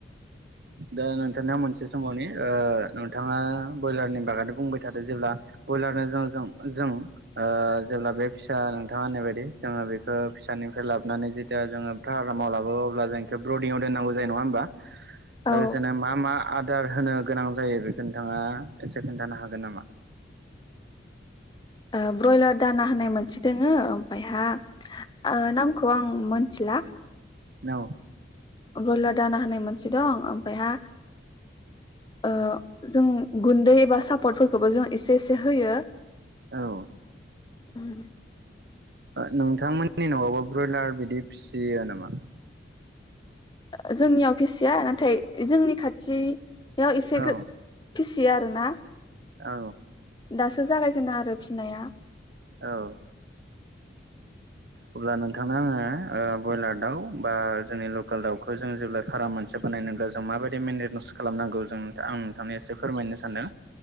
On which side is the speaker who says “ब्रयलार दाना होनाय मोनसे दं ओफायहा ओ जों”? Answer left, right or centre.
Left